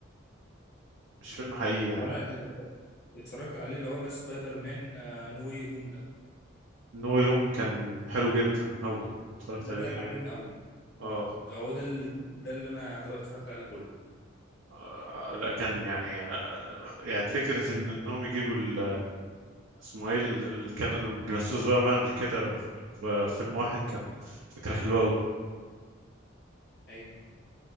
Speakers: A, on the right (about 70°); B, on the left (about 50°).
A: مش فيلم حقيقي يعني
B: وانا اللي اتفرجت عليه اللي هو لا سبايدر مان آه نو واي هوم ده
A: نو يوم كان حلو جدا أوي اتفرجت
B: ده
A: عليه
B: ده اللي عجبني قوي اه
A: اه
B: ده هو ده اللي ده اللي انا يعتبر اتفرجت عليه كله
A: آه، لا كان يعني آه، يعني فكرة إن إنهم يجيبوا ال- اسمه إيه اللي كان بيمثلوا سبايدر مان قبل كده في في فيلم واحد كان فكرة حلوة أوي
B: ايوه